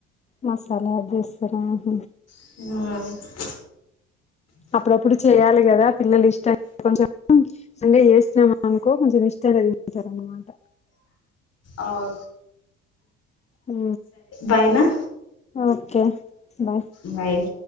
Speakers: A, on the left (about 20°); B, on the left (about 55°).
A: మసాలా యాడ్ చేస్తారా ఆహ
B: హ్మ్
A: అప్పుడప్పుడు చెయాలి కదా పిల్లలు ఇష్టం కొంచెం <unintelligible> చేస్తునమా అనుకో కొంచెం ఇష్టంగా తింటారు అన్నమాట
B: అవు
A: ఊ
B: బాయ్ నా
A: ఓకే బాయ్
B: బై